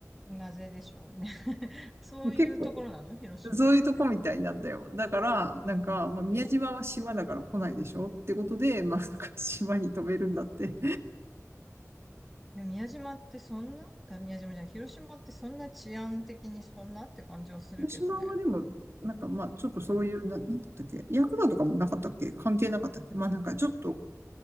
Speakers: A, in the centre; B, on the right.
A: うん。なぜでしょうね。<laughs> そういうところなの広島って。
B: で結構そういうとこみたいなんだよ。だから、なんか、まあ、宮島は島だから来ないでしょってことで、まあ、なんか島に飛べるんだって。
A: で宮島ってそんな、あ、宮島じゃない、広島ってそんな治安的にそんなって感じはするけどね。
B: 広島はでも、なんかまあ、ちょっとそういう、な、なんだったっけヤクザとかもなかったっけ関係なかったっけまあなんかちょっと、